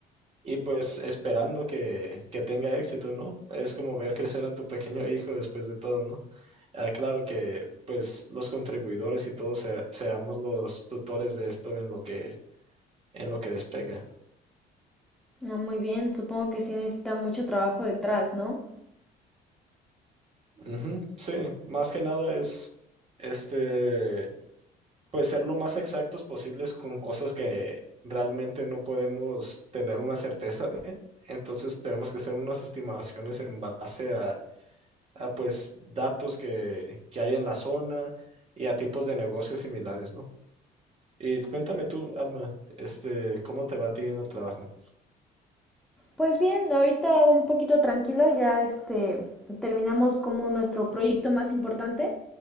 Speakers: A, on the right; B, in the centre.
A: y pues esperando que, que tenga éxito, ¿no? Es como ver crecer a tu pequeño hijo después de todo, ¿no? Ah, claro que pues los contribuidores y todos se- seamos los tutores de esto en lo que, en lo que despega.
B: Ah, muy bien, supongo que sí necesita mucho trabajo detrás, ¿no?
A: Ujú, Sí, más que nada es este, pues ser lo más exactos posibles con cosas que realmente no podemos tener una certeza de. Entonces tenemos que hacer unas estimaciones en base a a pues datos que, que hay en la zona y a tipos de negocios similares, ¿no? Y cuéntame tú, Alma, este, ¿cómo te va a ti en el trabajo?
B: Pues bien, ahorita un poquito tranquilo, ya este terminamos como nuestro proyecto más importante.